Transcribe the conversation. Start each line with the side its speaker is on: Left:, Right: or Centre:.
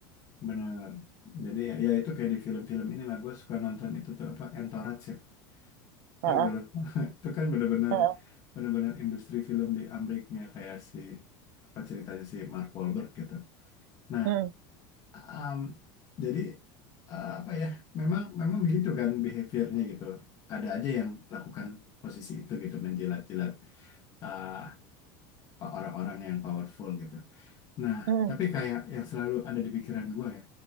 Left: Benar. Jadi ya, ya itu kayak di film-film inilah gue suka nonton itu tuh apa Entourage ya.
Right: Heeh,
Left: Tahu gak lo? <laughs> itu kan bener-bener
Right: heeh,
Left: bener-bener industri film di Ameriknya kayak si apa ceritanya si Mark Wahlberg gitu. Nah,
Right: mm,
Left: um, jadi uh, apa ya? Memang memang begitu kan behaviornya gitu. Ada aja yang lakukan posisi itu gitu menjilat-jilat uh, orang-orang yang powerful gitu. Nah,
Right: mm,
Left: tapi kayak yang selalu ada di pikiran gue ya,